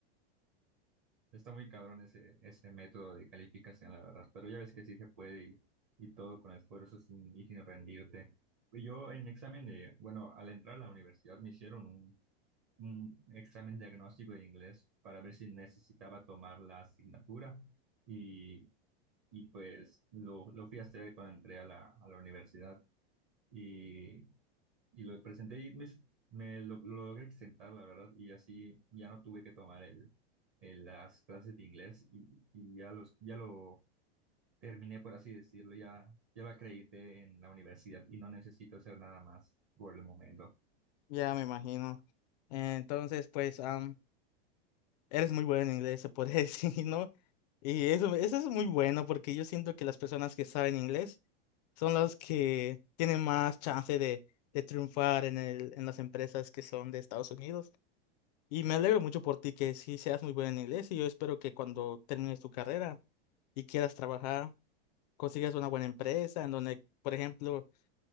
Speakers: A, on the right; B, on the left.
A: Está muy cabrón ese, ese método de calificación, la verdad, pero ya ves que sí se puede y, y todo con esfuerzo sin, y sin rendirte. Yo en mi examen de, bueno, al entrar a la universidad me hicieron un, un examen diagnóstico de inglés para ver si necesitaba tomar la asignatura y, y pues lo, lo fui a hacer cuando entré a la, a la universidad y y lo presenté y me, me lo, lo logré exentar, la verdad, y así ya no tuve que tomar el, el- las clases de inglés y, y ya, los, ya lo terminé, por así decirlo, ya, ya lo acredité en la universidad y no necesito hacer nada más por el momento.
B: Ya me imagino. Entonces, pues, am, eres muy bueno en inglés, se puede <laughs> decir, ¿no? Y eso, eso es muy bueno porque yo siento que las personas que saben inglés son los que tienen más chance de, de triunfar en el, en las empresas que son de Estados Unidos. Y me alegro mucho por ti que sí seas muy buena en inglés y yo espero que cuando termines tu carrera y quieras trabajar, consigas una buena empresa en donde, por ejemplo,